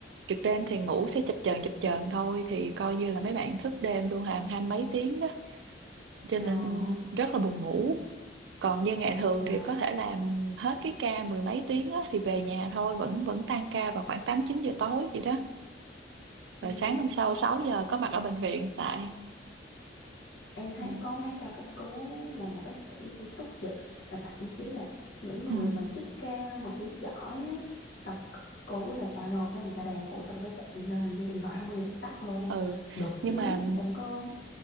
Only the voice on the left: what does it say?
trời
ơi,
mà
ừ,
em thấy
có mấy ca cấp cứu là bác sĩ phải túc trực và thậm chí là những người
mà chức cao mà kiểu giỏi á xong cấp cứu là alo cái người ta đang ngủ tao phải chạy lên nên điện thoại không bao giờ được tắt luôn
đợt
trước
em có